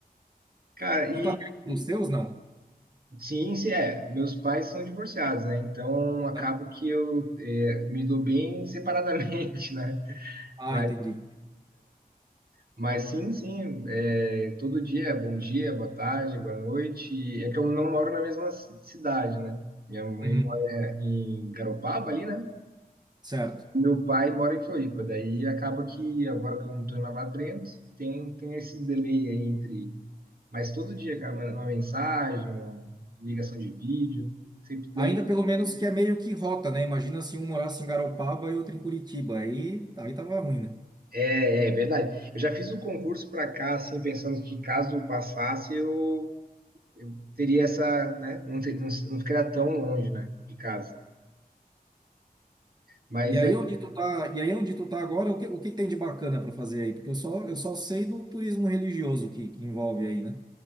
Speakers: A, on the right; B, on the right.
A: Cara,
B: Tu
A: e
B: tá perto dos teus, não?
A: sim, se é. Meus pais são divorciados, né? Então acabo
B: Tá.
A: que eu é, me dou bem separadamente, <laughs> né?
B: Ah,
A: Mas,
B: entendi.
A: mas sim, sim, é, todo dia, é bom dia, boa tarde, boa noite. É que eu não moro na mesma ci- cidade, né? Minha mãe
B: Uhum,
A: mora em Garopaba ali, né?
B: certo.
A: Meu pai mora em Floripa, daí acaba que agora que eu não estou em Lava Trento, tem, tem esse delay aí entre Mas todo dia, cara, uma, uma mensagem, uma ligação de vídeo, sempre dando.
B: Ainda pelo menos que é meio que rota, né? Imagina se um morasse em Garopaba e outro em Curitiba, aí, aí tava ruim, né?
A: É, é verdade. Eu já fiz o concurso para cá, assim, pensando que caso eu passasse, eu, eu teria essa, né? Não, ter, não, não ficaria tão longe, né, de casa. Mas
B: E aí
A: é.
B: onde tu tá, e aí onde tu tá agora, o que, o que tem de bacana para fazer aí? Porque eu só, eu só sei do turismo religioso que, que envolve aí, né?